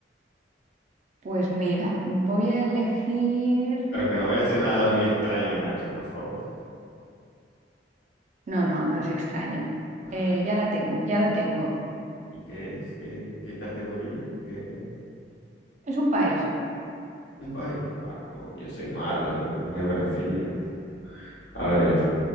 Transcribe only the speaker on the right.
pues mira, voy a elegir.
No, no, no es extraño.
Eh, ya la tengo, ya lo tengo.
Es un país.